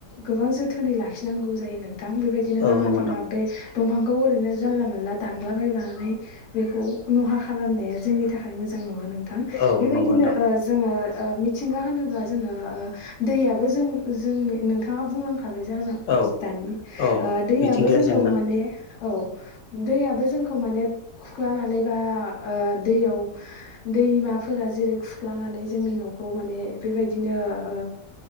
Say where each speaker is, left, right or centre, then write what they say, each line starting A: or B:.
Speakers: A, on the left (about 50°); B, on the left (about 85°).
A: गोबां जोथोनै लाखिनांगौ जायो नों थां बेबायदिनो
B: औ
A: नाङा
B: नंगौ
A: फाङा
B: नोंथां
A: बे दंफांखौ ओरैनो जानला मानला दानलाबायनानै बेखौ नहा खालामनाया जोंनि थाख थाखाय मोजां नङा नोंथां
B: औ
A: बेबायदिनो
B: नंगौ नोंथां
A: ओ जोङो ओ मिथिंगा होनोब्ला जोङो ओ दैयाबो जों जोंनि नोंथाङा बुंलां खाबाय जाना
B: औ
A: दानि
B: औ
A: ओ दैयाबो
B: मिथिंगायारि
A: जोंखौ
B: जेंना
A: माने औ। दैयाबो जोंखौ माने खुख्लानानै बा ओ दैयाव दैमाफोरा जेरै खुख्लानानै जोंनि न'खौ माने बेबायदिनो ओ।